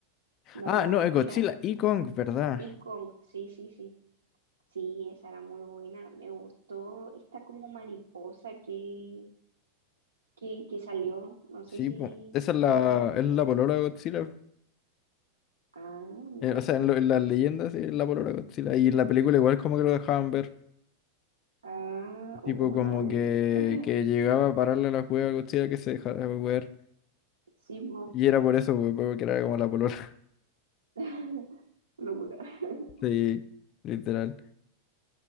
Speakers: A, on the right; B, on the left.
A: no,
B: Ah, no, es
A: era
B: Godzilla y Kong, ¿verdad?
A: Y con, sí, sí, sí, sí, esa era muy buena. Me gustó esta como mariposa que, que, que salió. No sé
B: Sí,
A: si
B: po. Esa
A: te
B: es la,
A: acordáis.
B: es la polola de Godzilla.
A: Ah, mira
B: Eh, o sea,
A: tú.
B: en, lo- en las leyendas sí, es la polola de Godzilla. Y en la película igual como que lo dejaban ver.
A: Ah,
B: Tipo
A: oh,
B: como
A: no, ni
B: que,
A: idea. <laughs>
B: que llegaba a pararle la juega a Godzilla que se dejara ver.
A: Sí, mo.
B: Y era por eso, pues, porque era como la polola. <laughs>
A: <laughs> Locura. <laughs>
B: Sí, literal.